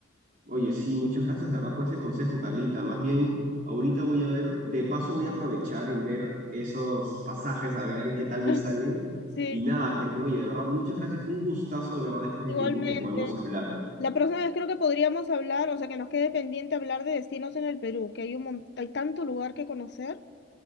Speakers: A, on the right; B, on the left.
A: Oye, sí, muchas gracias, de verdad, por ese consejo, Carlita. Más bien, ahorita voy a ver, de paso voy a aprovechar en ver esos pasajes, a ver qué tal me
B: <laughs>
A: salen.
B: Sí,
A: Y nada, pues no, oye, de verdad, muchas gracias. Fue un gustazo, de verdad, después
B: igualmente.
A: de tiempo que podemos hablar.
B: La próxima vez creo que podríamos hablar, o sea, que nos quede pendiente hablar de destinos en el Perú, que hay un mon- hay tanto lugar que conocer